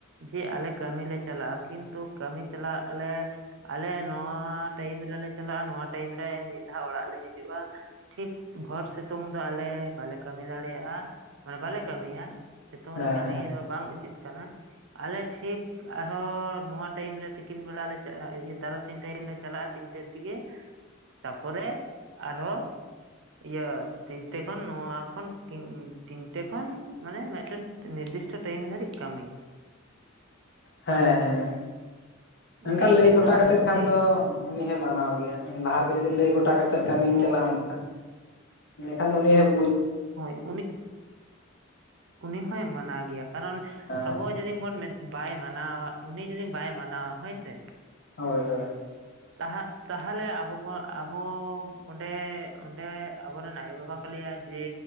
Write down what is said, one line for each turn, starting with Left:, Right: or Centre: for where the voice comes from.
Right: ᱡᱮ ᱟᱞᱮ ᱠᱟᱹᱢᱤ ᱞᱮᱮ ᱪᱟᱞᱟᱜᱼᱟ ᱠᱤᱱᱛᱩ ᱠᱟᱹᱢᱤ ᱪᱟᱞᱟᱜ ᱾ ᱟᱞᱮ ᱱᱚᱣᱟ ᱴᱟᱭᱤᱢ ᱨᱮᱞᱮ ᱪᱟᱞᱟᱜᱼᱟ ᱱᱚᱣᱟ ᱴᱟᱭᱤᱢ ᱨᱮ ᱢᱤᱫ ᱫᱷᱟᱣ ᱚᱲᱟᱜ ᱞᱮ ᱦᱤᱡᱩᱜᱼᱟ ᱴᱷᱤᱠ ᱵᱷᱳᱨ ᱥᱤᱛᱩᱝ ᱫᱚ ᱟᱞᱮ ᱵᱟᱞᱮ ᱠᱟᱹᱢᱤ ᱫᱟᱲᱮᱭᱟᱜᱼᱟ ᱢᱟᱱᱮ ᱵᱟᱞᱮ ᱠᱟᱹᱢᱤᱭᱟ ᱾ ᱥᱤᱛᱩᱝ
Left: ᱦᱮᱸ
Right: ᱨᱮ ᱠᱟᱹᱢᱤ ᱫᱚ ᱵᱟᱝ ᱩᱪᱤᱛ ᱠᱟᱱᱟ ᱟᱞᱮ ᱴᱷᱤᱠ ᱟᱨᱦᱚᱸ ᱱᱚᱣᱟ ᱴᱟᱭᱤᱢ ᱨᱮ ᱛᱤᱠᱤᱱ ᱵᱮᱲᱟ ᱛᱟᱨᱟᱥᱤᱧ ᱴᱟᱭᱤᱢ ᱞᱮ ᱪᱟᱞᱟᱜᱼᱟ ᱛᱤᱱᱴᱟᱹ ᱛᱮᱜᱮ ᱾ ᱛᱟᱨᱯᱚᱨᱮ ᱟᱨᱦᱚᱸ ᱤᱭᱟᱹ ᱛᱤᱱᱴᱮ ᱠᱷᱚᱱ ᱱᱚᱣᱟ ᱠᱷᱚᱱ ᱛᱤᱱᱴᱮ ᱠᱷᱚᱱ ᱢᱟᱱᱮ ᱢᱤᱫᱴᱮᱱ ᱫᱤᱥᱴᱟ ᱴᱟᱭᱤᱢ ᱫᱷᱟᱹᱨᱤᱡ ᱠᱟᱹᱢᱤ ᱾
Left: ᱦᱮᱸ ᱦᱮᱸ ᱚᱱᱠᱟ
Right: ᱩᱱᱤ
Left: ᱞᱟᱹᱭ
Right: ᱡᱚᱠᱷᱚᱱ
Left: ᱜᱚᱴᱟ ᱠᱟᱛᱮ
Right: ᱩᱱᱤ
Left: ᱠᱷᱟᱱ ᱫᱚ ᱩᱱᱤ ᱦᱚᱸ ᱢᱟᱱᱟᱣ ᱜᱮᱭᱟ ᱞᱟᱦᱟ ᱨᱮᱜᱮ ᱡᱩᱫᱤ ᱞᱟᱹᱭ ᱜᱚᱴᱟ ᱾ ᱠᱟᱹᱢᱤᱧ
Right: ᱦᱚᱸ
Left: ᱪᱟᱞᱟᱣ ᱱᱟᱦ ᱤᱱᱟᱠᱷᱟᱱ ᱫᱚ ᱩᱱᱤ ᱦᱚᱸ
Right: ᱦᱳᱭ ᱩᱱᱤ ᱩᱱᱤ ᱦᱚᱸᱭ ᱢᱟᱱᱟᱣ ᱜᱮ ᱠᱟᱨᱚᱱ
Left: ᱦᱮᱸ
Right: ᱟᱵᱚ ᱡᱩᱫᱤᱢ ᱵᱚᱱ ᱵᱟᱭ ᱢᱟᱱᱟᱣᱟ ᱩᱱᱤ ᱡᱩᱫᱤᱢ ᱵᱟᱭ ᱢᱟᱱᱟᱣᱟ ᱦᱳᱭ ᱥᱮ
Left: ᱦᱳᱭ ᱦᱳᱭ
Right: ᱛᱟ ᱛᱟᱦᱚᱞᱮ ᱟᱵᱚ ᱵᱚᱱ ᱟᱵᱚ ᱚᱸᱰᱮ ᱚᱸᱰᱮ ᱟᱵᱚᱨᱮᱱ ᱟᱭᱳᱼᱵᱟᱵᱟ ᱠᱚ ᱞᱟᱹᱭᱟ ᱡᱮ